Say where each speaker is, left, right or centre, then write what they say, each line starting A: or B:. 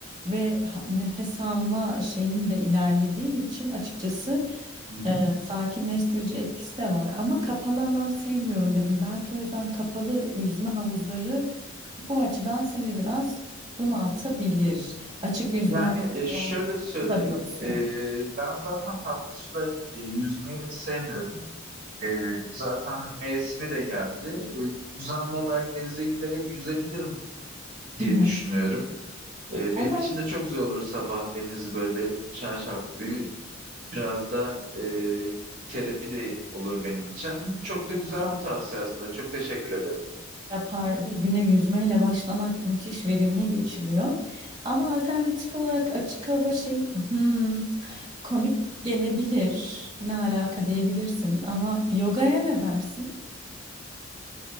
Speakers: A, on the right; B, on the right.
A: ve ha- nefes alma şeyin de ilerlediği için açıkçası
B: Hı hı.
A: Sakinleştirici etkisi de var ama kapalı alan sevmiyorum dedim. Belki o yüzden kapalı yüzme havuzları bu açıdan seni biraz bunaltabilir. Açık yüzme
B: Yani
A: havuzları
B: e, şöyle
A: var. mesela.
B: söyleyeyim,
A: Bu da bir opsiyon.
B: e, ben zaten tatlı suda e, yüzmeyi sevmiyorum. E, zaten mevsimi de geldi. E, düzenli olarak denize giderek yüzebilirim diye
A: Hı hı.
B: düşünüyorum. E, benim
A: Ama
B: için de çok güzel olur sabah denizi böyle şarşaf bir Biraz da e, terapi de olur benim için. Çok da güzel
A: kamp
B: bir tavsiye aslında. Çok teşekkür ederim.
A: yapar ve güne yüzmeyle başlamak müthiş verimli geçiriyor. Ama alternatif olarak açık hava şey hmm, komik gelebilir. Ne alaka diyebilirsin ama yogaya ne dersin?